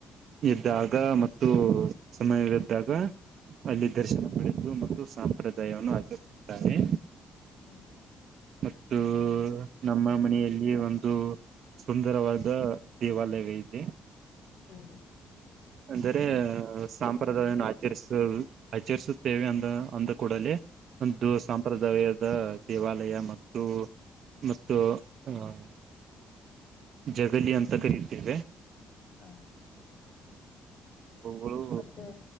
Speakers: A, on the right; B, on the left.
A: ಎ್ದಾಗ ಮತ್ತು ಸಮಯದ್ದಾಗ ಅಲ್ಲಿ ದರ್ಶನ ಪಡೆದುು ಮತ್ತು ಸಂಪ್ರದಾಯವನ್ನು ಆಚರಿಸುತ್ತಾನೆ
B: ಹ್ಮ್
A: ಮತ್ತು ನಮ್ಮ ಮನೆಯಲ್ಲಿ ಒಂದು ಸುಂದರವಾದ ದೇವಾಲಯ ಇದೆ
B: ಹ್ಮ್
A: ಅಂದರೆ ಸಂಪ್ರದಾಯವನ್ನು ಆಚರಿಸುವುದು ಆಚರಿಸುತ್ತೇವೆ ಅಂದ ಅಂದ ಕೂಡಲೇ ಒಂದು ಸಂಂಪ್ರದಾಯ ಹಾ ದೇವಾಲಯ ಮತ್ತು ಮತ್ತು ಅಹ್ ಜಗಲಿ ಅಂತ ಕರೆಯುತ್ತೇವೆ
B: ಹಾ
A: ಅವುಗಳು
B: ಮತ್ತೆ